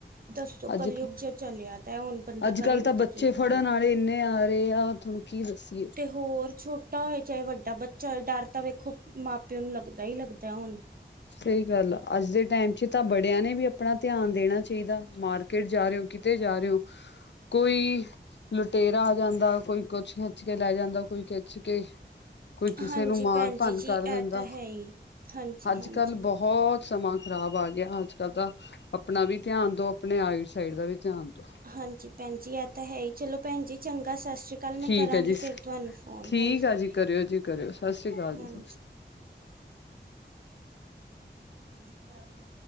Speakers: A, on the right; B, on the left.
A: ਦੱਸੋ
B: ਅੱਜ
A: ਕੱਲਯੁਗ
B: ਕ
A: ਜਿਹਾ ਚੱਲਿਆ ਤੈ ਹੁਣ ਬੰਦਾ
B: ਅੱਜ
A: ਕਰੇ
B: ਕੱਲ੍ਹ
A: ਵੀ
B: ਤਾਂ ਬੱਚੇ
A: ਤੇ ਕੀ
B: ਫੜਨ
A: ਕਰੇ।
B: ਆਲੇ ਇੰਨੇ ਆ ਰੇ ਆ ਥੋਨੂੰ ਕੀ ਦੱਸੀਏ
A: ਤੇ ਹੋਰ ਛੋਟਾ ਹੋਏ ਚਾਹੇ ਵੱਡਾ ਬੱਚਾ ਹੋਏ ਡਰ ਤਾਂ ਵੇਖੋ ਮ ਮਾਂ ਪਿਓ ਨੂੰ ਲੱਗਦਾ ਹੀ ਲੱਗਦਾ ਹੁਣ
B: ਸਹੀ ਗੱਲ ਆ ਅੱਜ ਦੇ ਟਾਈਮ ਚ ਤਾਂ ਬੜਿਆ ਨੇ ਵੀ ਆਪਣਾ ਧਿਆਨ ਦੇਣਾ ਚਾਹੀਦਾ ਮਾਰ ਕੀਟ ਜਾ ਰਹੇ ਹੋ ਕਿਤੇ ਜਾ ਰਹੇ ਹੋ ਕੋਈ ਲੁਟੇਰਾ ਆ ਜਾਂਦਾ ਕੋਈ ਕੁਛ ਖਿੱਚ ਕੇ ਲੈ ਜਾਂਦਾ ਕੋਈ ਖਿੱਚ ਕੇ ਕੋਈ ਕਿਸੇ
A: ਹਾਂਜੀ
B: ਨੂੰ ਮਾਰ
A: ਭੈਣ ਜੀ
B: ਭੰਨ
A: ਜੀ
B: ਕਰ
A: ਇਹ
B: ਦੇਂਦਾ
A: ਤਾਂ ਹੈ ਹੀ ਹਾਂਜੀ
B: ਅੱਜ
A: ਹਾਂਜੀ।
B: ਕੱਲ ਬਹੁਤ ਸਮਾਂ ਖ਼ਰਾਬ ਆ ਗਿਆ ਅੱਜ ਕੱਲ ਤਾਂ ਆਪਣਾ ਵੀ ਧਿਆਨ ਦੋ ਆਪਣੇ ਆਈਡ ਸਾਈਡ ਦਾ ਵੀ ਧਿਆਨ ਦੋ
A: ਹਾਂਜੀ ਭੈਣ ਜੀ ਐਹ ਤਾਂ ਹੈ ਹੀ ਚਲੋ ਭੈਣ ਜੀ ਚੰਗਾ ਸਤਿ ਸ਼੍ਰੀ ਕੱਲ ਮੈਂ
B: ਠੀਕ
A: ਕਰਾਂਗੀ
B: ਹੈ ਜੀ
A: ਫਿਰ ਤੁਹਾਨੂੰ ਫੋਨ
B: ਠੀਕ
A: ਹਾਂਜੀ,
B: ਆ ਜੀ ਕਰਿਓ ਜੀ ਕਰਿਓ ਸਤਿ ਸ੍ਰੀ ਅਕਾਲ ਜੀ।
A: ਹਾਂਜੀ <unintelligible>